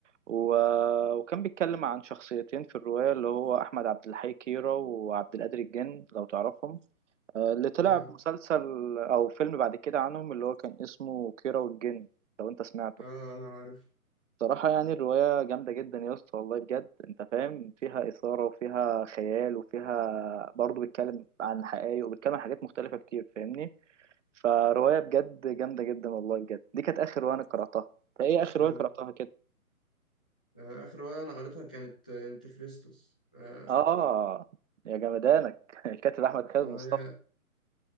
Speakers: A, on the right; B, in the centre.
A: و- وكان بيتكلم عن شخصيتين في الرواية اللي هو أحمد عبد الحي كيرة وعبد القادر الجن لو تعرفهم آه، اللي طلع
B: اه
A: مسلسل أو فيلم بعد كده عنهم اللي هو كان اسمه كيرة والجن لو أنت سمعته
B: اه انا عارف
A: صراحة يعني الرواية جامدة جدا يا اسطى والله بجد انت فاهم فيها إثارة وفيها خيال وفيها برضه بيتكلم عن حقائق وبيتكلم عن حاجات مختلفة كتير فاهمني فرواية بجد جامدة جدا والله بجد دي كانت آخر رواية أنا قرأتها فإيه إيه آخر
B: حلو
A: رواية قرأتها كده
B: آه، اخر روايه انا قريتها كانت آه، انت خريستوس آه،
A: آه يا جمدانك <laughs> الكاتب أحمد خالد
B: آه،
A: مصطفى
B: هي